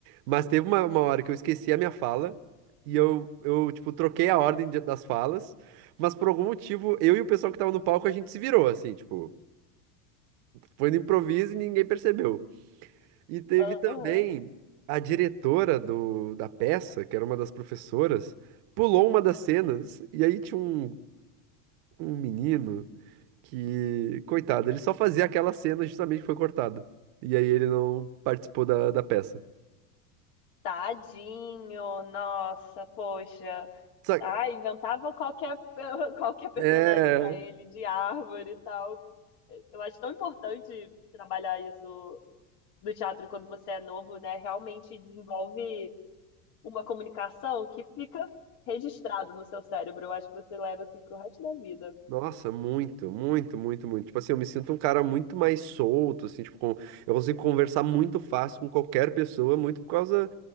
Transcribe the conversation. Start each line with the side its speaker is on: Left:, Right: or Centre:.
Right: Mas teve uma, uma hora que eu esqueci a minha fala e eu, eu tipo, troquei a ordem de- das falas, mas por algum motivo, eu e o pessoal que tava no palco, a gente se virou, assim, tipo. Foi no improviso e ninguém percebeu. E teve
Left: aham,
Right: também a diretora do, da peça, que era uma das professoras, pulou uma das cenas e aí tinha um, um menino que, coitado, ele só fazia aquela cena justamente que foi cortado. E aí ele não participou da, da peça.
Left: tadinho, nossa, poxa.
Right: Só,
Left: Ah, inventava qualquer, <laughs> qualquer personagem
Right: é,
Left: para ele, de árvore e tal. Eu acho tão importante trabalhar isso do teatro quando você é novo, né? Realmente desenvolve uma comunicação que fica registrada no seu cérebro. Eu acho que você leva assim pro resto da vida.
Right: Nossa, muito, muito, muito, muito. Tipo assim, eu me sinto um cara muito mais solto, assim, tipo, com- eu consigo conversar muito fácil com qualquer pessoa, muito por causa,